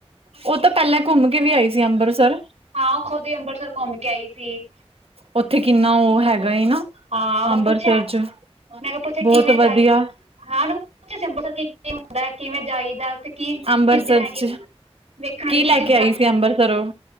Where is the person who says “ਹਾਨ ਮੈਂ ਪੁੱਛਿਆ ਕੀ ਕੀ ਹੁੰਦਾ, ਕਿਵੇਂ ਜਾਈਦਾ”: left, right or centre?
Right